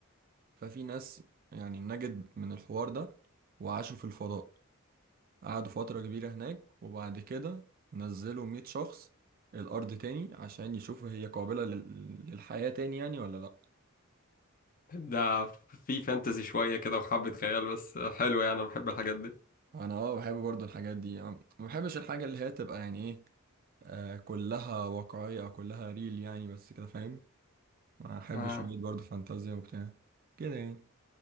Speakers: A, on the right (about 45°); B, on the left (about 40°).
A: ففي ناس يعني نجد من الحوار ده وعاشوا في الفضاء قعدوا فترة كبيرة هناك وبعد كده نزلوا 100 شخص الارض تاني عشان يشوفوا هي قابلة لل- للحياة تاني يعني ولا لا
B: ده في فانتزي شوية كده وحبة خيال بس حلو يعني أنا بحب الحاجات دي
A: انا اه بحب برضو الحاجات دي يعني ما بحبش الحاجه اللي هي تبقى يعني ايه آه كلها واقعيه او كلها ريل يعني بس كده فاهم ما احبش
B: آه.
A: شويه برضو فانتازيا وبتاع كده يعني